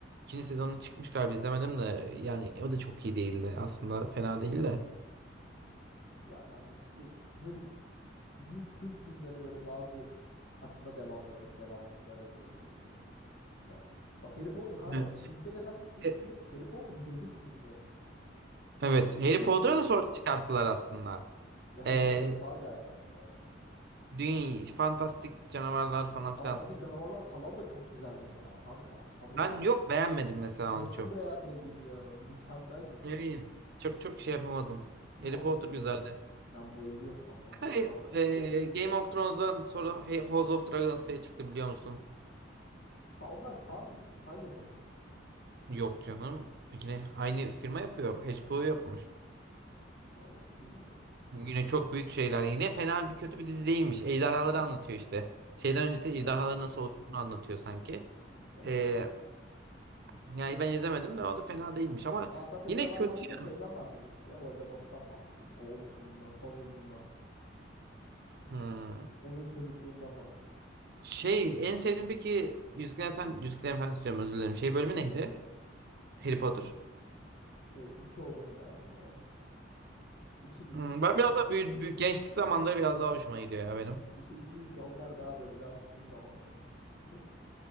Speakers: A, on the right; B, on the left.
A: ikinci sezonu çıkmış galiba izlemedim de yani o da çok iyi değildi. Aslında fena değil de.
B: Ya kanka işte böyle büyük kült filmlere böyle bazı saçma devamlar devamlılıklar yapılabiliyor ya. Yani bak Harry Potter kanka
A: Evet.
B: bak Yüzüklerin Efendisi üç
A: E,
B: film, Harry Potter 7 film mi ne?
A: Evet, Harry
B: Ve
A: Potter'ı da sonra çıkarttılar aslında.
B: ya
A: Ee,
B: Harry Potter var galiba aynen.
A: dünya, fantastik canavarlar falan
B: Fantastik
A: filan.
B: Canavarlar falan da çok güzel mesela kanka. Anladın
A: Ben
B: mı?
A: yok beğenmedim mesela
B: Nasıl
A: onu çok.
B: beğenmedin ya? Mükemmel bir film.
A: Yani Çok çok şey yapamadım. Harry
B: Kanka
A: Potter güzeldi.
B: ben bayılıyorum Fantastik
A: Mesela,
B: Canavarlara
A: e,
B: da.
A: e, Game of Thrones'dan sonra He- House of Dragons diye çıktı biliyor musun?
B: Fa onlar fan fan yapımı mı?
A: Yok canım. Yine aynı firma yapıyor. HBO yapmış.
B: Allah Allah bilmiyorum.
A: Yine çok büyük şeyler. Yine fena bir kötü bir dizi değilmiş. Ejderhaları anlatıyor işte. Şeyden öncesi ejderhaların
B: He,
A: nasıl oluştuğunu anlatıyor sanki.
B: he.
A: Ee, yani ben izlemedim de o da fena değilmiş ama
B: Fantastik
A: yine
B: canavarlarda
A: kötü
B: da
A: ya.
B: şeyden bahsediyor işte ya Voldemort'tan bahsediyor. O oluşumundan, Tom Riddle'dan.
A: Hmm.
B: Onun çocukluğundan bahsediyor.
A: Şey en sevdiğim peki Yüzüklerin Efendisi, Yüzüklerin Efendisi diyorum özür dilerim. Şey bölümü neydi? Harry Potter.
B: E, iki olması lazım ya. İki mi üç
A: Hmm,
B: mü
A: ben
B: neydi?
A: biraz daha büyük, büyük gençlik zamanları biraz daha hoşuma gidiyor ya benim.
B: İşte iki üç onlar daha böyle daha çıtır zamanları. <laughs>